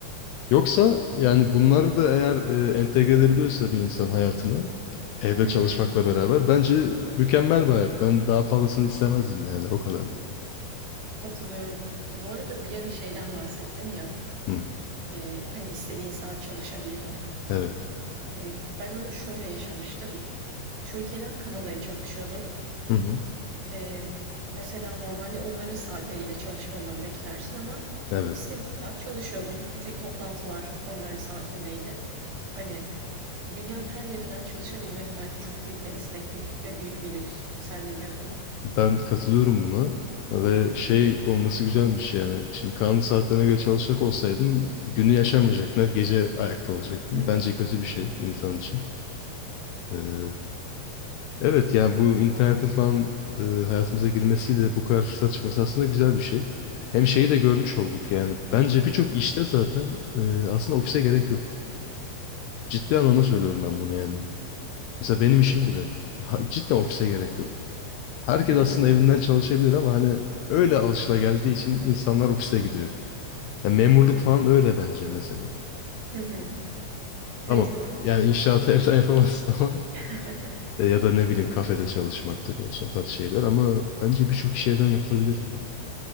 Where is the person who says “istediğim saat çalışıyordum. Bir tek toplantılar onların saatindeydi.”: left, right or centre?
Right